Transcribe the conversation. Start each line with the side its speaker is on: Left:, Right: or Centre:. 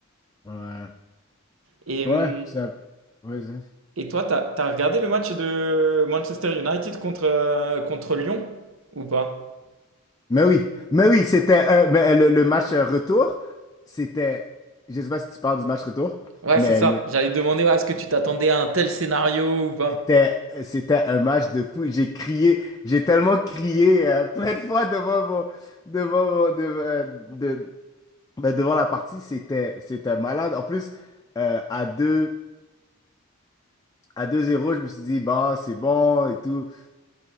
Left: Ouais.
Right: Et,
Left: Ouais,
Right: hum,
Left: c'est un- ouais, c'est-
Right: et toi, t'as, t'as regardé le match de Manchester United contre, euh, contre Lyon ou pas?
Left: Mais oui, mais oui, c'était euh, mais, euh, le, le match euh, retour, c'était, je sais pas si tu parles du match retour,
Right: Ouais,
Left: mais
Right: c'est ça.
Left: le-
Right: J'allais te demander, ouais, est-ce que tu t'attendais à un tel scénario ou pas?
Left: c'était euh, c'était un match de fou. J'ai crié, j'ai tellement crié euh, <laughs> plein de fois devant mon devant mon- de, euh, de- ben, devant la partie, c'était c'était malade. En plus, euh, à 2 à deux zéro je me suis dit bah c'est bon et tout.